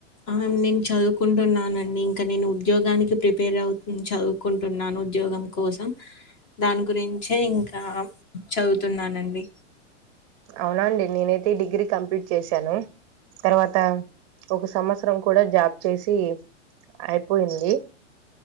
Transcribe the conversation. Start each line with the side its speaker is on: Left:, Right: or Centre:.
Left: ఆ నేను చదువుకుంటున్నానండి ఇంకా నేను ఉద్యోగానికి ప్రిపేర్ అవుతు చదువుకుంటున్నాను ఉద్యోగం కోసం దాని గురించే ఇంకా చదువుతున్నానండి
Right: అవునా అండి నేనైతే డిగ్రీ కంప్లీట్ చేశాను తర్వాత ఒక సంవత్సరం కూడా జాబ్ చేసి అయిపోయింది